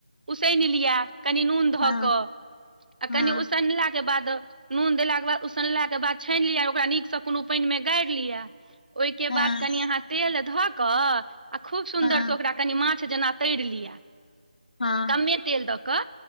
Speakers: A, on the right; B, on the left.
A: उसैन लियै कनी नून ध
B: हँ
A: क आ
B: हँ
A: कनि उसनला के बाद नून देलाक के बाद उसनलाक के बाद छानि लिय ओकरा नीकसँ कोनो पानि मे गाारि लियिया ओहि के
B: हँ
A: बाद कनि अहाँ तेल ध क आ खूब सुंदर
B: हँ
A: से ओकरा कनि माछ जेना त लिय
B: हँ
A: कमे तेल दऽ क